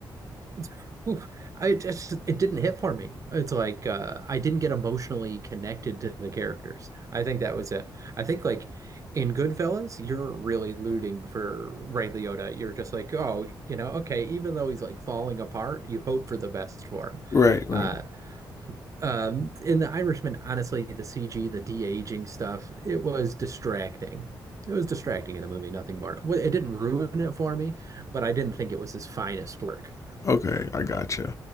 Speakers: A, on the right; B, on the left.
A: It's, oof, I just it didn't hit for me. It's like uh, I didn't get emotionally connected to the characters. I think that was it. I think like in Goodfellas, you're really rooting for Ray Liotta. You're just like, oh, you know, okay, even though he's like falling apart, you hope for the best for him.
B: Right, right.
A: Uh, um, in The Irishman, honestly, the CG, the de-aging stuff, it was distracting. It was distracting in the movie, nothing more. Well, It didn't ruin it for me, but I didn't think it was his finest work.
B: Okay, I gotcha.